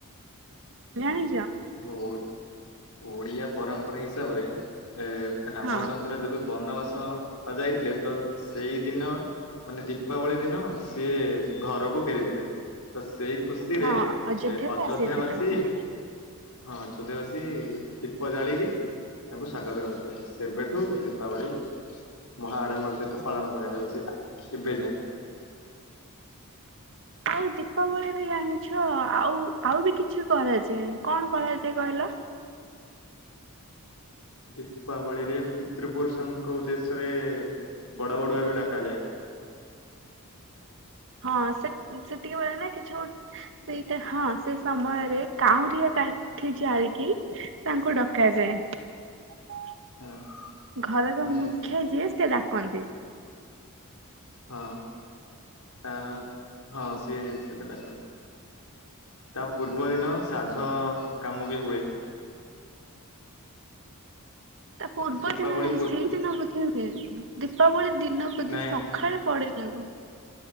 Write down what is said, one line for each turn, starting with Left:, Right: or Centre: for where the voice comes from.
Right: ଜାଣି
Left: ଆମ ଓ ଓଡ଼ିଆ ପରମ୍ପରା ହିସାବରେ ଏ ରାମଚନ୍ଦ୍ର
Right: ହଁ
Left: ଯେବେ ବନବାସ ଯାଇଥିଲେ ତ ସେଇ ଦିନ ମାନେ ଦୀପାବଳି ଦିନ ସିଏ ଘରକୁ ଫେରିଥିଲେ ତ ସେଇ ଖୁସିରେ
Right: ହଁ
Left: ଏ
Right: ଅଯୋଧ୍ୟାକୁ
Left: ଅଯୋଧ୍ୟା
Right: ଆସିଥିଲା
Left: ବାସୀ
Right: ହଁ।
Left: ହଁ ଛଦଶ ଦୀପ ଜାଳିକି ତାଙ୍କୁ ସ୍ଵାଗତ କରିଥିଲେ ସେବେଠୁ ଦୀପାବଳି ମହା ଆଡମ୍ବର ସହିତ ପାଳନ କରାଯାଉଛି ଏବେ ଯାଏଁ।
Right: ଆଉ ଦୀପାବଳିବି ଜାଣିଛ ଆଉ ଆଉ ବି କିଛି କରାଯାଏ କଣ କରାଯାଏ କହିଲ?
Left: ଦୀପାବଳିରେ ପିତୃପୁରୁଷଙ୍କ ଉଦ୍ଦେଶ୍ୟ ରେ ବଡ ବଡୁଆ ବି ଡାକା ଯାଏ।
Right: ହଁ ସେ ସେତିକି ବଳେନା କିଛି ଗୋ ସେଇଟା ହଁ ସେ ସମୟରେ କାଉଁ ୟା କାଠି ଯାଳିକିି ତାଙ୍କୁ ଡକାଯାଏ।
Left: ହଁ
Right: ଘରର
Left: ହୁଁ
Right: ମୁଖ୍ୟ ଯିଏ ସେରା କଣ ତି
Left: ହଁ ଆଁ ହଁ ସିଏ ସେଟା ଡାକନ୍ତି ତା ପୂର୍ବ ଦିନ ଶ୍ରାଦ୍ଧ କାମ ବି ହୁଏ।
Right: ତା ପୂର୍ବ
Left: ଦୀପାବଳି
Right: ଦିନ ନାହିଁ
Left: ପୂର୍ବ
Right: ସେଇଦିନ ବୋଧେ ହୁଏ ଦୀପାବଳି ଦିନ ବୋଧେ
Left: ନାଇଁ
Right: ସଖାଳେ
Left: ନାଇଁ
Right: ପଡେନା କ